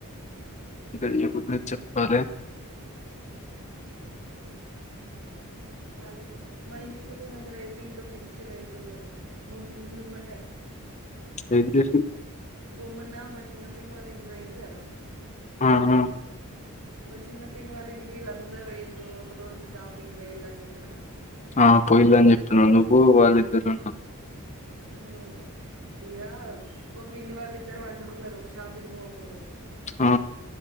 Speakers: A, on the left (about 30°); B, on the right (about 85°).
A: దయ కూడా చెప్పాలి
B: చెప్పాలి మా ఇంటికి వచ్చినప్పుడు అయితే ఇంకా పిచ్చి లేపిలూ పడినమ్మాటే
A: ఏం చేసినావ్
B: బొమ్మన్న మా చిన్నపిన్న వాళ్ళ ఇంటి వేయ్యలు కదా
A: ఔను
B: మా చిన్న పిన్న వాళ్ళ ఇంటికి వీళ్ళందరు పోయిలు ఒక రోజు షాపింగ్ వెయలి అని చెప్పిన కదా
A: ఆ పోయిన్రు అని చెపునవ్ నువ్వు వాళ్ళిద్దరు వునవ్
B: ఊమ్ ఇయ్యా పిన్ని వాళ్ళు ఇద్దరు పండుకున్నారు ఒక షాపింగ్కి పోయే ముందు
A: హ